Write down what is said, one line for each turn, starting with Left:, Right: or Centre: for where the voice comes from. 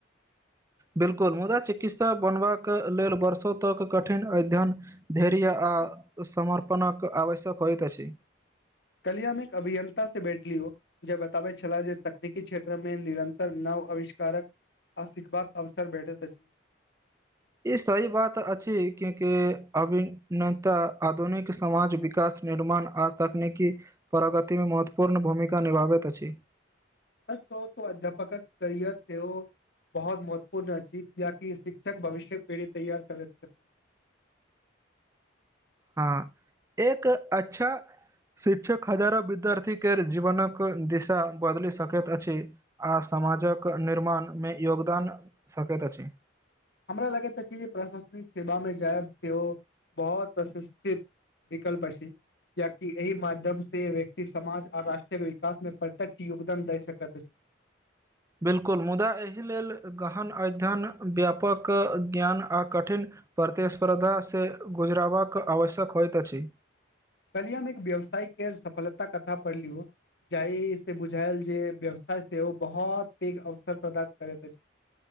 Right: बिल्कुल मुदा चिकित्सा बनबाक लेल वर्षो तक कठिन अध्ययन धैर्य आ आ समर्पणक आवश्यक होइत अछि।
Left: कलियामे एक अभियंता से बैठलियौ जे बताबै छलाह जे तकनीकी क्षेत्रमे निरंतर न आविष्कारक आ सिखबाक अवसर भेठैत अछि।
Right: ई सही बात अछि क्योंकि अभिनताः आधुनिक समाज विकास निर्माण आ तकनीकी प्रगति मे महत्वपूर्ण भूमिका निभाबैत अछि।
Left: सच कहू तऽ अध्यापक करियर सेहो बहुत महत्वपूर्ण अछि। जाकि शिक्षक भविष्य पीढ़ी तैयार करैत छथि। <inaudible>
Right: हँ एक अच्छा शिक्षक हजार विद्यार्थी के जीवनक दिशा बदलि सकैत अछि आ समाजक निर्माणमे योगदान सकैत अछि।
Left: हमरा लगैत अछि जे प्रशासनिक सेवामे जायब सेहो बहुत प्रशिकष्ठित विकल्प अछि। किया कि एहि माध्यम से व्यक्ति समाज आ राष्ट्रक विकास मे प्रत्यक्ष योगदान द सकैत अछि। <unintelligible>
Right: बिल्कुल मुदा एहि लेल गहन अध्ययन व्यापक ज्ञान आ कठिन प्रतिस्पर्धा से गुजराबाक आवश्यक होइत अछि
Left: कलिय हम एक व्यावसाय केर सफलता कथा पढ़लियौ जाहि से बुझायल जे व्यवसाय से ओ बहुत पैघ अवसर प्रदान करैत अछि <unintelligible>